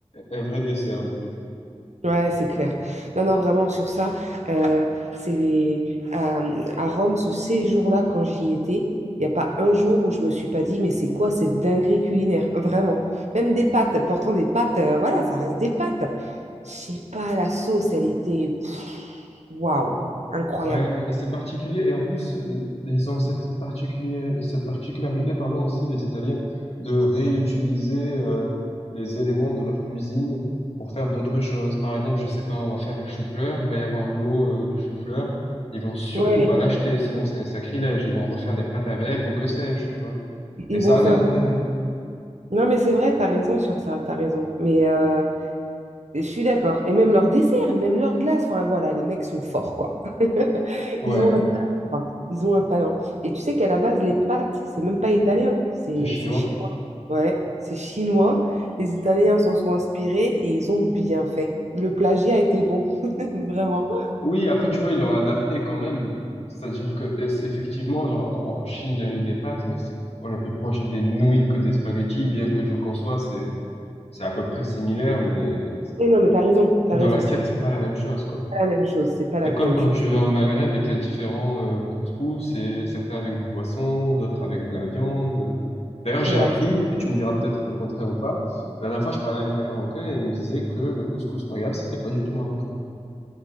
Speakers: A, on the left; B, on the right.
A: un vrai dessert, le truc.
B: Ouais, c'est clair. Non, non, vraiment, sur ça, euh, c'est à, à Rome, ce séjour-là, quand j'y étais, il n'y a pas un jour où je me suis pas dit, mais c'est quoi cette dinguerie culinaire? Vraiment. Même des pâtes, pourtant des pâtes, euh, voilà, ça reste des pâtes. Je sais pas, la sauce, elle était... pff, Waouh, incroyable.
A: Ouais, mais c'est particulier et en plus euh, ils ont cette particulier cette particularité pardon aussi les Italiens de réutiliser euh, les éléments de leur cuisine pour faire d'autres choses. Par exemple, je sais pas, on va faire un chou-fleur, il va y avoir l'eau euh, du chou-fleur, ils vont surtout
B: Ouais,
A: pas l'acheter sinon c'est un sacrilège, ils vont refaire des pâtes avec ou que sais-je, tu vois.
B: Ils
A: Et ça
B: vont faire.
A: a Hmm. l'intérêt.
B: Non, mais c'est vrai, t'as raison sur ça, t'as raison. Mais euh, je suis d'accord. Et même leur dessert, même leur glace, enfin voilà, les mecs sont forts, quoi. <laughs>
A: Ouais,
B: Ils ont un talent. quoi. Ils ont un talent. Et tu sais qu'à la base, les pâtes, c'est même pas italien, c'est
A: c'est chinois.
B: c'est chinois. Ouais, c'est chinois. Les Italiens s'en sont inspirés et ils ont bien fait. Le plagiat était bon, <laughs> vraiment.
A: Oui, après, tu vois, ils l'ont adapté quand même. C'est-à-dire que, eff- effectivement, genre, en en Chine, il y a eu des pâtes, mais c'est, on est plus proche des nouilles que des spaghettis, bien que je conçois, c'est, c'est à peu près similaire, mais
B: Et non, mais t'as raison, t'as
A: dans
B: raison.
A: l'assiette, c'est pas la même chose, quoi.
B: C'est pas la même chose, c'est pas la
A: C'est comme
B: même
A: quand
B: chose.
A: tu vas au Maghreb et qu'il y a différents euh, couscous, et certains avec du poisson, d'autres avec de la viande. D'ailleurs,
B: C'est
A: j'ai
B: vrai.
A: appris, et tu me diras peut-être le contraire ou pas, la dernière fois, je parlais avec un Marocain et il me disait que le couscous royal, c'était pas du tout marocain.